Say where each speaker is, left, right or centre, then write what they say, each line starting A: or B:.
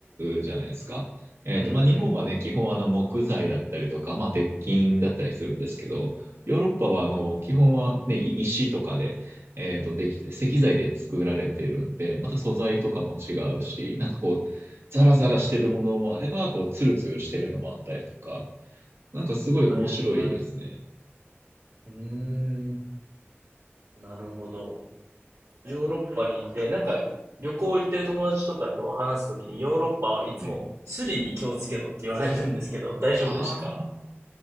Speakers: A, on the right; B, on the right.
A: うじゃないですか。えっと、
B: うんうん。
A: まあ、日本はね、基本あの、木材だったりとか、まあ、鉄筋だったりするんですけど、ヨーロッパはあの、基本はね、い石とかで、えっと、できて、石材で作られているんで、また素材とかも違うし、なんかこう、ザラザラしてるものもあれば、こう、ツルツルしているのもあったりとか、なんかすごい面白いですね。
B: はいはい。うーん。なるほど。ヨーロッパに行って、なんか旅行行ってる友達とかと話すときにヨーロッパはいつもスリに気をつけろって言われるんですけど、
A: はい。
B: <laughs> 大丈夫でしたか
A: ああ。